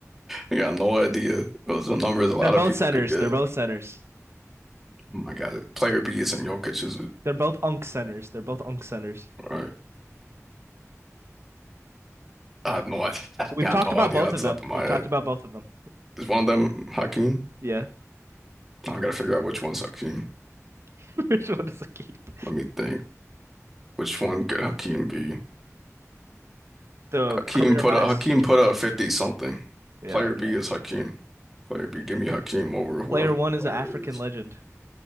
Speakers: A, in the centre; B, on the right.
A: I got no idea. Those are numbers a
B: They're
A: lot
B: both
A: of people
B: centers.
A: could get.
B: They're both centers.
A: Oh my God, player B isn't Jokic, is it?
B: They're both unk centers. They're both unk centers.
A: All right. I had no idea. <laughs> I
B: We've
A: got
B: talked
A: no
B: about
A: idea
B: both
A: off
B: of
A: the
B: them.
A: top of my
B: We've
A: head.
B: talked about both of them.
A: Is one of them Hakeem?
B: Yeah.
A: I gotta figure out which one's Hakeem.
B: <laughs> Which one does it keep?
A: Let me think. Which one could Hakeem be?
B: The
A: Hakeem
B: career
A: put
B: highs.
A: up Hakeem put up 50 something.
B: Yeah,
A: Player
B: okay.
A: B is Hakeem. Player B,
B: And
A: give me Hakeem over whoever
B: player one is
A: player
B: an African
A: A is.
B: legend.